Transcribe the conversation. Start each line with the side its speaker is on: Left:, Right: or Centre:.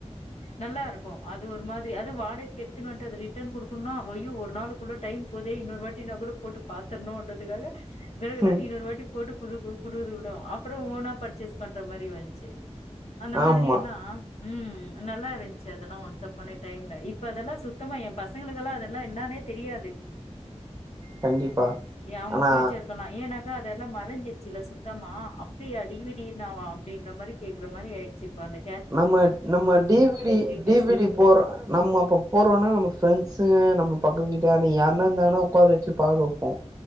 Left: நல்லா இருக்கு அ அது ஒரு மாதிரி அது வாடகைக்கு எடுத்துன்ட்டு அது ரிட்டர்ன் கொடுக்கணு அய்யோ ஒரு நாளுக்குக்குள்ள டைம் போதே இன்னொரு வாட்டி நா கூட போட்டு பாத்துர்ணுன்றதுக்காக கடகடானு
Right: ம்
Left: இன்னொரு வாட்டி போட்டு கொடு கொடுக்குதுக்குலு அப்புற ஓவ்வனா பர்ச்சேஸ் பண்ற மாரி வந்ச்சு அந்த மாதிரி
Right: ஆமா
Left: அ ம் நல்லா இருந்துச்சு அதெல்லா ஒன்ஸ் அப்பான்ன டைம்ல இப்ப அதெல்லா சுத்தமா எ பசங்களுக்கெல்லா அதெல்லா என்னானே தெரியாது
Right: கண்டிப்பா
Left: அவுங்க
Right: ஆனா
Left: ஃபியூச்சரு க்குலா ஏன்னாக்கா அதெல்லா மறைஞ்சிச்சுல்ல சுத்தமா அப்டியாடிக்கிதுடி அப்டின்ற மாரி கேக்குற மாரி ஆயிட்ச்சு கொழந்த
Right: நம்ம நம்ம டிவிடி டிவிடி
Left: கேசெட்
Right: போற நம்ம அப்போ போறோனா நம்ம ஃப்ரெண்ட்ஸுங்க நம்ம பக்க வீட்டுகாரங்க யார்னா இருந்தாங்கனா உட்கார வச்சு பாக்க